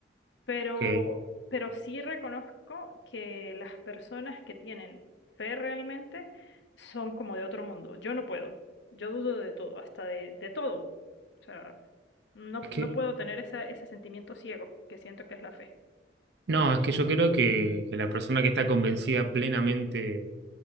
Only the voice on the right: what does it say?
que,
es que-
no, es que yo creo que, que la persona que está convencida plenamente